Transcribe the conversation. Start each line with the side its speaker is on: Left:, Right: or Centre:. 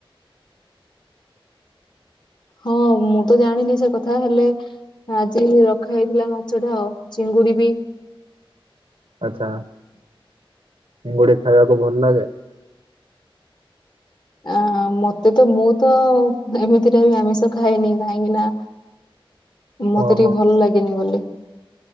Left: ହଁ ମୁଁ ତ ଜାଣିନି ସେ କଥା ହେଲେ। ଆଜି ରଖା ହେଇଥିଲା ମାଛ ଟା ଆଉ ଚିଙ୍ଗୁଡି ବି।
Right: ଆଚ୍ଛା ଚିଙ୍ଗୁଡି ଖାଇବାକୁ ଭଲ ଲାଗେ।
Left: ଆ ମତେ ତ ମୁଁ ତ ଏମିତିରେ ଆମିଷ ଖାଏନି କାହିଁକି ନା ମତେ
Right: ଓହୋ
Left: ଟିକେ ଭଲ ଲାଗେନି ବୋଲି।